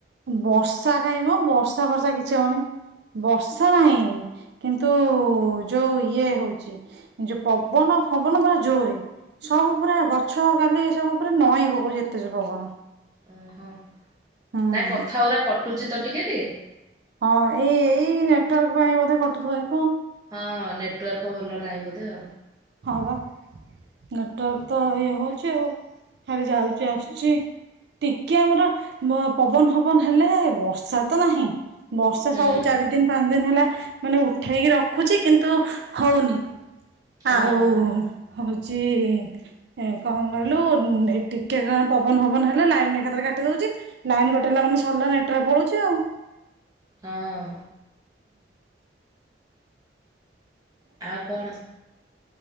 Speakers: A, on the right; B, on the right.
A: ବର୍ଷା କାଇଁ ମ ବର୍ଷା ଫର୍ଷା କିଛି ହଉନି ବର୍ଷା ନାହିଁ କିନ୍ତୁ ଯୋଉ ଇଏ ହଉଛି ଯୋଉ ପବନ ଫବନ ପରା ଜୋରେ ସବୁ ପୁରା ଗଛ କାଲି ସବୁ ପା ନଈଁ ପକଉଛି ଏତେ ଜୋରେ ପବନ।
B: ଓ ହୋ।
A: ହୁଁ।
B: ନାଇଁ କଥା ଗୁରା କଟୁଚି ତ ଟିକେ ଟିକେ
A: ହଁ ଏଇ ଏଇ ନେଟୱାର୍କ ପାଇଁ ମଧ୍ୟ କଟୁଥିବଏ।
B: ହଁ ନେଟ ନେଟୱାର୍କ ଭଲ ନାହିଁ ବୋଧେ ଆଉ।
A: ହଁ ବା ନେଟୱର୍କ
B: ହୁଁ
A: ତ ଇଏ ହଉଛି ଆଉ। ଖାଲି ଯାଉଛି ଆସୁଛି ଟିକେ ଆମର ପବନ ଫବନ ହେଲେ ବର୍ଷା ତ ନାହିଁ। ବର୍ଷା
B: ହୁଁ
A: ସବୁ ଚାରି ଦିନ ପା ଦିନ ହେଲା ମାନେ ଉଠେଇକି ରଖୁଛି କିନ୍ତୁ ହଉନି। ଆଉ
B: ଓହୋ
A: ହଉଛି ଏ କଣ କହିଲୁ ଟିକେ କ ପବନ ପବନ ହେଲା ଲାଇନ ଏକଥରେ କାଟି ଦଉଛି। ଲାଇନ କଟେଇଲା ମାନେ ସରିଲା ନେଟରେ ପଳଉଛି ଆଉ।
B: ହଁ। ଆଉ କଣ?